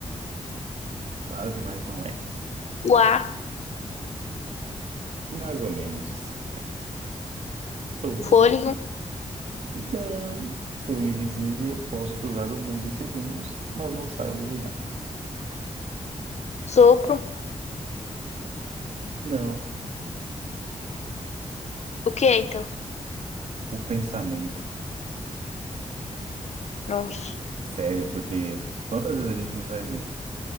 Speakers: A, on the right; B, on the left.
A: Quase, mas não é.
B: O ar.
A: Mais ou menos. Sou invi...
B: Fôlego.
A: Não. Sou invisível, posso cruzar o mundo em segundos, mas não saio do lugar.
B: Sopro.
A: Não.
B: O que é, então?
A: O pensamento.
B: Nossa,
A: Sério, porque quantas vezes a gente não faz isso?